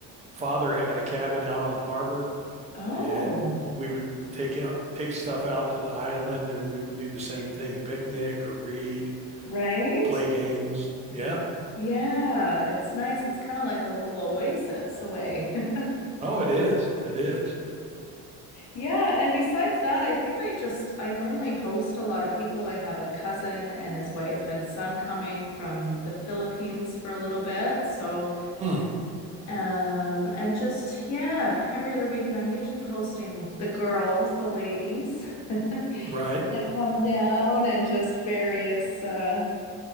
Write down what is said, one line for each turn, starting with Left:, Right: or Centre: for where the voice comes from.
Right: father had a cabin out on the harbor
Left: Oh,
Right: and we would take out take stuff out to the island and we would do the same thing, picnic or read,
Left: right.
Right: play games. Yeah.
Left: Yeah, it's nice. It's kind of like a little oasis away. <laughs>
Right: Oh, it is. It is.
Left: Yeah, and besides that, I think I just I normally host a lot of people. I have a cousin and his wife and son coming from the Philippines for a little bit, so.
Right: Hmm.
Left: Um, and just, yeah, every other weekend I'm usually hosting the girls, the ladies <laughs> that
Right: Right.
Left: come down and just various, uh,